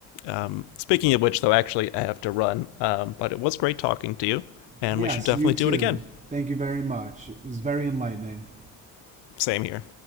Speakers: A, on the left; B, on the right.
A: Um, speaking of which, though, actually, I have to run. Um, but it was great talking to you, and
B: Yes,
A: we should definitely
B: you
A: do
B: too.
A: it again.
B: Thank you very much. It was very enlightening.
A: Same here.